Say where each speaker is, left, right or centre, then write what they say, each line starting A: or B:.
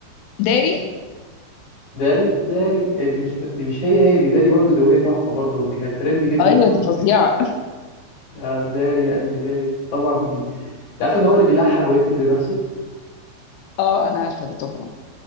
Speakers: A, on the left; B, on the left.
A: داري
B: داري داري آه، دي مش دي مش هي هي دي داري برضو دي أغنية تحفة برضو دي كانت ترند جدا
A: ايوه
B: فترة
A: دي فظيعة
B: كده آه، داري يا قلبي داري طبعا دي أنت عارف إن هو اللي بيلحن ويكتب لنفسه
A: اه انا عارفة ده طبعا